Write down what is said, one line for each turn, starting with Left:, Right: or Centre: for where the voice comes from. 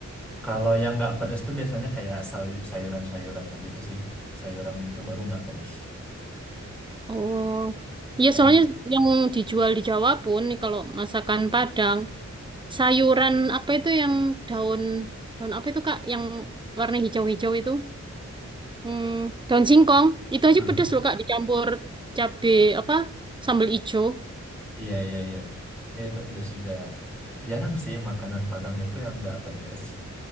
Centre: Kalau yang nggak pedes tuh biasanya kayak sayu- sayuran-sayurannya gitu sih. Sayuran gitu baru nggak pedes.
Right: Oh. Ya,
Centre: Kayak,
Right: soalnya yang dijual di Jawa pun nih kalau masakan Padang, sayuran apa itu yang daun daun apa itu, Kak? Yang warna hijau-hijau itu? Hmm, daun singkong itu aja
Centre: Aha.
Right: pedes loh Kak dicampur cabe apa sambal ijo.
Centre: Iya, iya, iya. Ya itu pedes juga. Jarang sih makanan Padang itu yang nggak pedes.